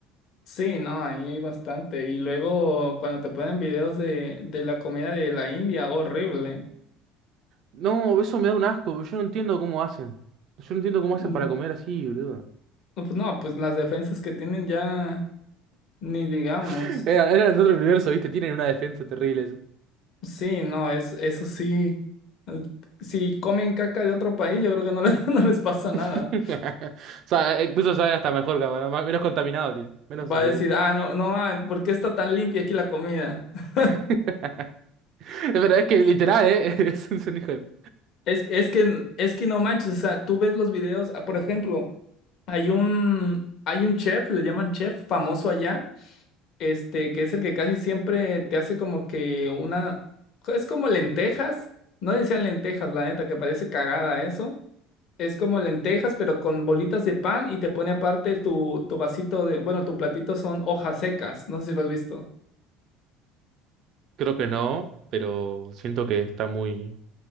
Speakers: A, on the left; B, on the right.
A: Sí, no, ahí hay bastante. Y luego cuando te ponen videos de, de la comida de la India, horrible.
B: No, eso me da un asco, yo no entiendo cómo hacen. Yo no entiendo cómo
A: Mm,
B: hacen para comer así, boludo.
A: No, pues no, pues las defensas que tienen ya, ni digamos.
B: <laughs> Era- Eran, de otro universo, ¿viste? Tienen una defensa terrible eso.
A: Sí, no, es, eso sí. eh, Si comen caca de otro país, yo creo que no les, <laughs> no les pasa
B: <laughs>
A: nada.
B: O sea, incluso sabe hasta mejor, capaz, más- menos contaminado tiene. Menos
A: Va
B: increíble.
A: a decir, ah, no, no, ah, ¿por qué está tan limpia aquí la comida? <laughs>
B: <laughs> Pero es que literal, ¿eh? <laughs> Es un es un hijo de...
A: Es, es que, es que no manches, o sea, tú ves los videos, ah, por ejemplo, hay un, hay un chef, le llaman chef famoso allá, este, que es el que casi siempre te hace como que una, es como lentejas, no decían lentejas, la neta, que parece cagada eso Es como lentejas, pero con bolitas de pan y te pone aparte tu, tu vasito de, bueno, tu platito son hojas secas, no sé si lo has visto.
B: Creo que no, pero siento que está muy